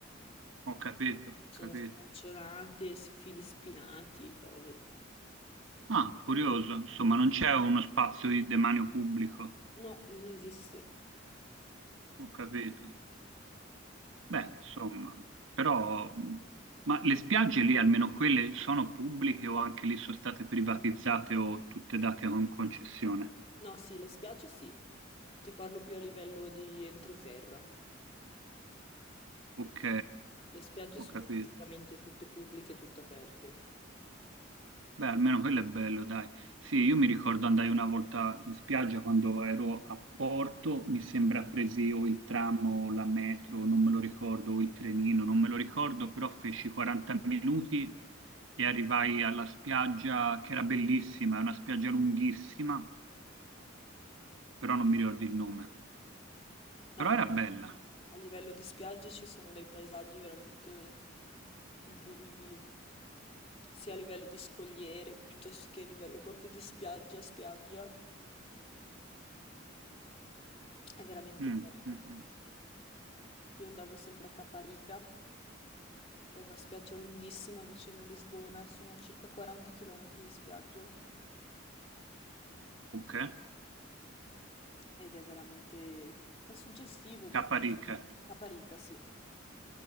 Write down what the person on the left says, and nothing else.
Sono
staccionate, s- fili spinati, cose.
No, non esiste.
No, sì, le spiagge sì. Ti parlo più a livello di entroterra.
Le spiagge
sono
praticamente tutte pubbliche, tutte aperte.
No,
a
a livello di spiagge ci sono dei paesaggi veramente incredibili, sia a livello di scogliere piuttosto che a livello proprio di spiaggia, spiaggia. È veramente
bello.
Io andavo sempre a Caparica, che è una spiaggia lunghissima vicino a Lisbona, sono circa 40 km di spiaggia.
Ed è veramente... è suggestivo perché...
Caparica, sì.